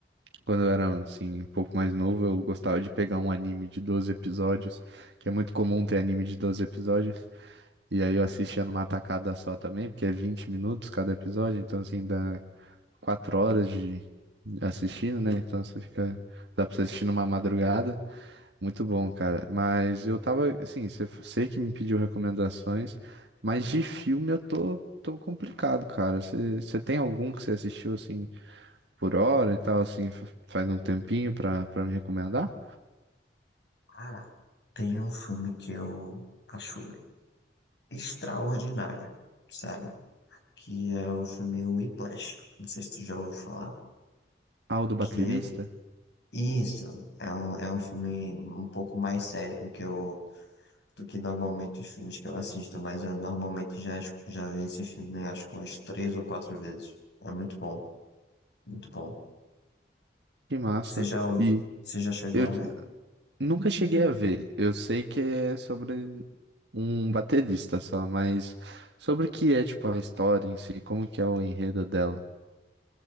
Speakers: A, on the right (about 75°); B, on the left (about 75°).
A: Quando eu era assim, um pouco mais novo, eu gostava de pegar um anime de 12 episódios, que é muito comum ter anime de 12 episódios. E aí eu assistia numa tacada só também, porque é 20 minutos cada episódio, então assim dá 4 horas de, assistindo, né? Então você fica. Dá pra você assistir numa madrugada. Muito bom, cara. Mas eu tava, assim, você sei que me pediu recomendações, mas de filme eu tô, tô complicado, cara. Você você tem algum que você assistiu, assim, por hora e tal, assim, fa- faz um tempinho pra, pra me recomendar?
B: Cara, tem um filme que eu acho extraordinário, sério, que é o filme Whiplash. Não sei se tu já ouviu falar.
A: Ah, o do baterista?
B: Que é isso, é um, é um filme um pouco mais sério do que eu, do que normalmente os filmes que eu assisto, mas eu normalmente já, es- já vi esse filme acho que umas três ou quatro vezes. É muito bom, muito bom.
A: Que massa.
B: Você já, ouviu-
A: E
B: você já chegou
A: eu
B: a
A: t-
B: ver?
A: nunca cheguei a ver. Eu sei que é sobre um baterista só, mas sobre o que é, tipo, a história em si, como que é o enredo dela?